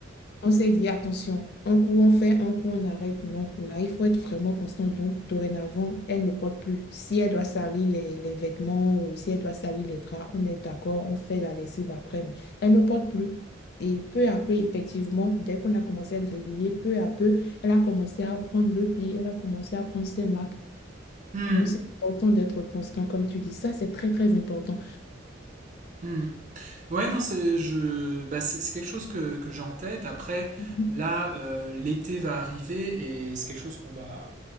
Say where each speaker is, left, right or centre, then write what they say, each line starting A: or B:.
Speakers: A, on the left; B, on the right.
A: on s'est dit, attention, un coup on fait, un coup on arrête. Non, là, il faut être vraiment constant. Donc, dorénavant, elle ne porte plus. Si elle doit salir les, les vêtements, euh, si elle doit salir les draps, on est d'accord, on fait la lessive après, mais elle ne porte plus. Et peu à peu, effectivement, dès qu'on a commencé à être régulier, peu à peu, elle a commencé à prendre le pli, elle a commencé à prendre ses marques.
B: hmm,
A: Donc, c'est important d'être constant, comme tu dis. Ça, c'est très, très important.
B: hmm. hmm. Ouais, non, c'est je, bah, c'est c'est quelque chose que, que j'ai en tête. Après,
A: Mhm.
B: là, euh, l'été va arriver et c'est quelque chose qu'on va,